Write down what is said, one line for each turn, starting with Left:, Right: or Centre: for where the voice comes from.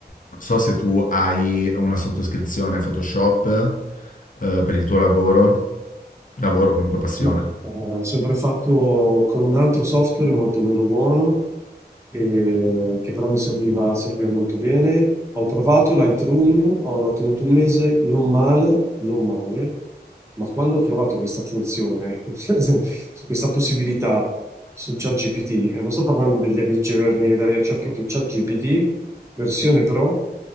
Left: non so se tu hai una sottoscrizione a Photoshop, ehm, per il tuo lavoro. Lavoro, comunque passione,
Right: No, ho sempre fatto con un altro software molto meno buono, eh, che però mi serviva, serviva molto bene. Ho provato Lightroom, ho l'ho tenuto un mese, non male, non male, ma quando ho trovato questa funzione, <laughs> su questa possibilità su ChatGPT, e non sto parlando degli Midjourney, delle- cioè proprio ChatGPT, versione Pro,